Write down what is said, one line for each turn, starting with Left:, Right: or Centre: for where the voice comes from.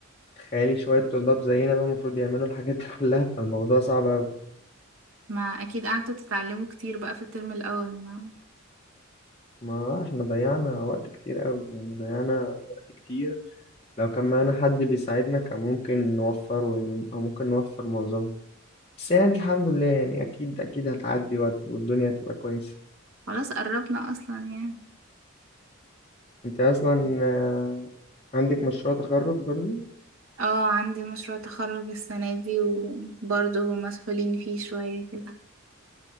Left: تخيلي شوية طلاب زينا بقى المفروض يعملوا الحاجات <laughs> دي كلها فالموضوع صعب أوي
Right: ما اكيد قعدتوا تتعلموا كتير بقى في الترم الاول ما
Left: ما احنا ضيعنا وقت كتير أوي يعني ضيعنا وقت كتير لو كان معانا حد بيساعدنا كان ممكن نوفره يعني أو ممكن نوفر معظمه بس يعني الحمد لله يعني اكيد اكيد هتعدي وهت- والدنيا هتبقى كويسة
Right: خلاص قربنا اصلا يعني
Left: انت اصلا آه، عندك مشروع تخرج برضو
Right: اه عندي مشروع تخرج السنة دي وبرضه مسحولين فيه شوية كده